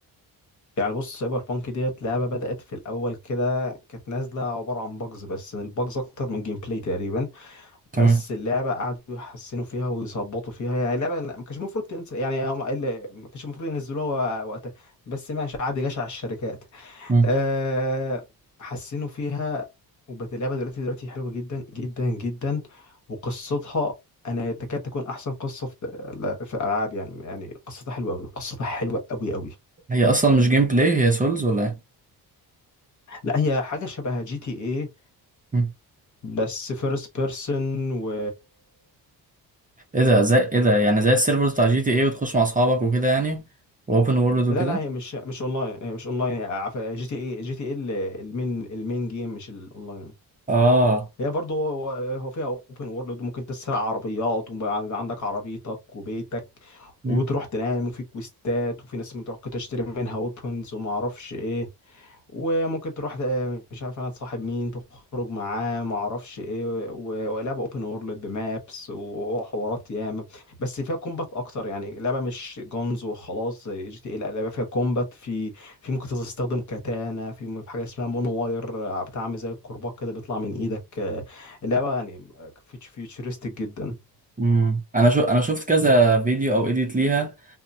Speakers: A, on the left; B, on the right.
A: يعني بص سايبر بانك ديت لعبه بدات في الاول كده كانت نازله عباره عن باجز بس الباجز اكتر من جيم بلاي تقريبا
B: تمام
A: بس اللعبه قعدوا يحسنوا فيها ويظبطوا فيها يعني اللعبه ما كانش المفروض تنزل يعني هم- اللي- ما كانش المفروض ينزلوها وقتها بس ماشي عادي جشع الشركات
B: مم.
A: أه حسنوا فيها وبقت اللعبة دلوقتي دلوقتي حلوة جدا جدا جدا وقصتها أنا تكاد تكون أحسن قصة في لا، في الألعاب يعني يعني قصتها حلوة أوي قصتها حلوة أوي أوي
B: هي اصلا مش جيم بلاي هي سولز ولا ايه
A: لا هي حاجة شبه جي تي إيه
B: مم.
A: بس فيرست بيرسون و
B: ايه ده زي ايه ده يعني زي السيرفرز بتاع جي تي ايه وتخش مع اصحابك وكده يعني واوبن وورلد وكده
A: لا لا هي مش مش اونلاين هي مش اونلاين عف- جي تي اي جي تي اي المين المين جيم مش الاونلاين
B: اه
A: هي برضه هو هو فيها اوبن وورلد وممكن تسرق عربيات ويبقى عندك عربيتك وبيتك
B: مم.
A: وتروح تنام وفي كويستات وفي ناس ممكن تروح تشتري منها ويبونز وما اعرفش ايه وممكن تروح آه، مش عارف انا تصاحب مين تخرج معاه ما اعرفش ايه و- ولعبه اوبن وورلد بمابس وحوارات ياما بس فيها كومبات اكتر يعني لعبه مش جونز وخلاص زي جي تي اي لا لعبه فيها كومبات في في ممكن تستخدم كاتانا في م- في حاجه اسمها مونو واير آه، بتعمل زي الكرباج كده بيطلع من ايدك آه، اللعبه يعني فيتش- فيوتشرستيك جدا
B: مم. انا شو انا شفت كذا فيديو او اديت ليها